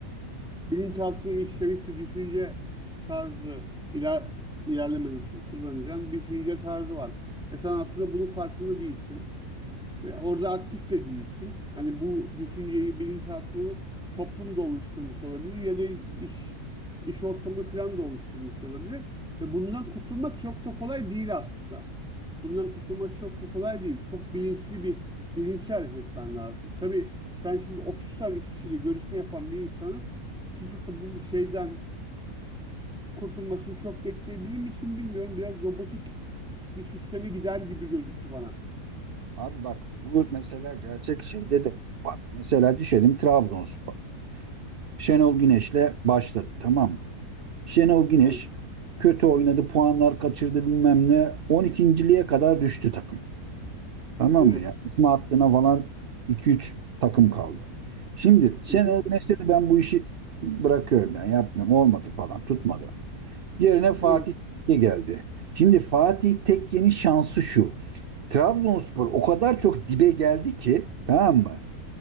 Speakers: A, in the centre; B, on the right.
A: bilinçaltına işlemiş bir düşünce tarzı iler, ilerlemen için kullanacağın bir düşünce tarzı var. Ve sen aslında bunun farkında değilsin. Ve orada aktif de değilsin. Hani bu düşünceyi, bilinçaltını toplum da oluşturmuş olabilir ya da iş iş ortamı falan da oluşturmuş olabilir. Ve bundan kurtulmak çok da kolay değil aslında. Bundan kurtulmak çok da kolay değil. Çok bilinçli bir bilinçli hareket etmen lazım. Tabii sen şimdi 30 tane kişiyle görüşme yapan bir insanın tutup da bu şeyden kurtulmasını çok bekleyebilir misin bilmiyorum. Biraz robotik bir sisteme gider gibi gözüktü bana.
B: Abi bak bu mesela gerçek şeyde de var. Mesela düşelim Trabzonspor. Şenol Güneş'le başladı tamam mı? Şenol Güneş
A: Evet.
B: kötü oynadı, puanlar kaçırdı bilmem ne. 12.liğe kadar düştü takım. Tamam
A: Evet.
B: mı ya? İsmi hattına falan iki üç takım kaldı. Şimdi Şenol
A: Hı hı.
B: Güneş dedi ben bu işi bırakıyorum ben yapmıyorum. Olmadı falan tutmadı. Yerine Fatih
A: Evet.
B: Tekke geldi. Şimdi Fatih Tekke'nin şansı şu. Trabzonspor o kadar çok dibe geldi ki tamam mı?